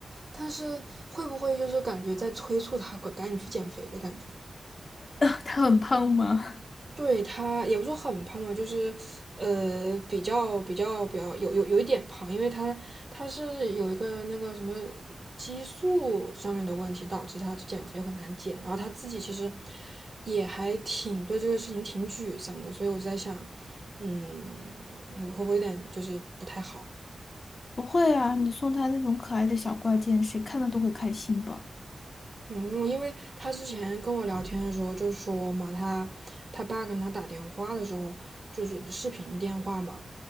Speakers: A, on the right; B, on the left.
A: 但是会不会就是感觉在催促他赶赶紧去减肥的感觉？
B: <laughs> 她很胖吗？
A: 对他也不说很胖吧，就是呃比较比较比较有有有一点胖，因为他他是有一个那个什么激素上面的问题，导致他减肥很难减。然后他自己其实也还挺对这个事情挺沮丧的，所以我就在想，嗯，会不会有点就是不太好？
B: <laughs> 不会啊，你送她那种可爱的小挂件，谁看了都会开心吧。
A: 嗯，因为他之前跟我聊天的时候就说嘛，他他爸跟他打电话的时候就是视频电话嘛。